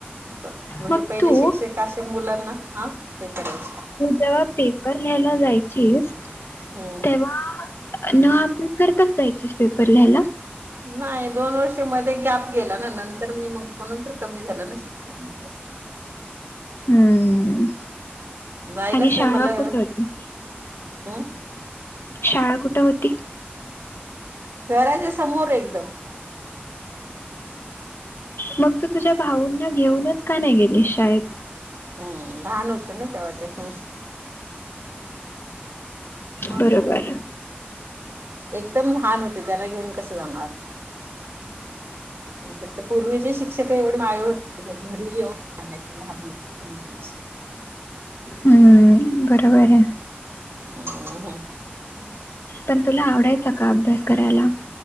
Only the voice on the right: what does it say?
म्हणजे
पहिले
शिक्षक असे मुलांना, आ? हे करायचे.
हम्म.
नाही दोन वर्ष मध्ये गॅप गेला ना नंतर मी मग म्हणून तर कमी झाला ना शिक्षण. तर मला असं
जायलाच
नाही मला
हम्
घराच्या समोर एकदम.
हम्म लहान होते ना तेव्हा ते हम्म. मग
एकदम लहान होते, त्याला घेऊन कसं जाणार? त्यात एक तर पूर्वीचे शिक्षक एवढे नाय ओ घरी येऊन सांगायचे लहान समजूनच.
अम्म ह.